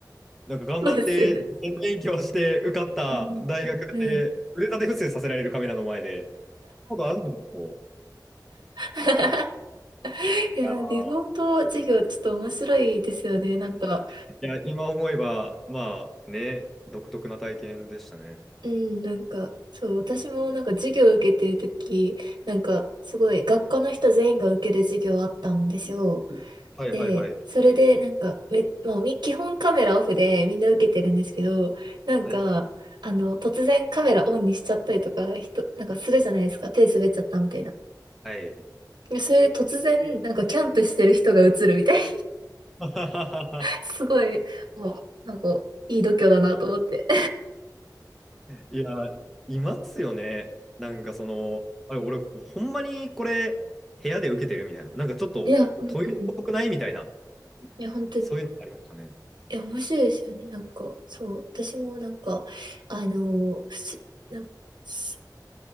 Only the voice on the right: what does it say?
そうですよね。
うん。うん。
<laughs>
いや、リモート授業ちょっと面白いですよね。なんか、
うん、なんか、そう、私もなんか授業受けてるとき、なんかすごい学科の人全員が受ける授業あったんですよ。
で、それでなんかめ、まあ、み基本カメラオフでみんな受けてるんですけど、なんか、
あの、突然カメラオンにしちゃったりとか、人、なんかするじゃないですか。手滑っちゃったみたいな。
それで突然、なんかキャンプしてる人が映るみたいな。
<laughs> すごい、もう、なんか、いい度胸だなと思って。
いや、うん、うん。いや、本当に。
いや、面白いですよね。なんか、そう。私もなんか、あのーす、なんす